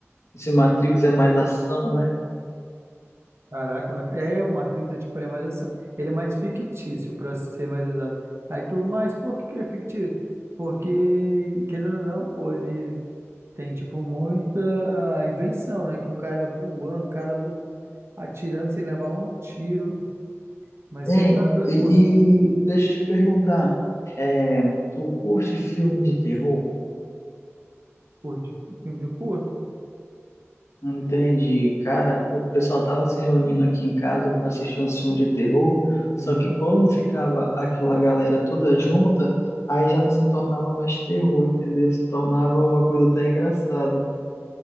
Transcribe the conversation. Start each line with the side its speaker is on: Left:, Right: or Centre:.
Left: Esse Matrix é mais ação, né?
Right: Caraca, não ac- é, o Matrix é tipo, ele é mais essa, ele é mais fictício, para ser mais exato. Aí tu, mas por que que ele é fictício? Porque, querendo ou não, pô, ele tem tipo muita ah, invenção, né? Que o cara é voando, o cara lu- atirando sem levar um tiro. Mas
Left: Hein,
Right: você tá doido,
Left: e,
Right: pô,
Left: e deixa eu te perguntar, é, tu curte filme de terror?
Right: curte filme curto?
Left: Entende? Cara, o pessoal tava se reunindo aqui em casa para assistir um filme de terror, só
Right: Uhum.
Left: que como ficava aquela galera toda junta, aí já não se tornava mais terror, entendeu? Se tornava uma coisa até engraçada.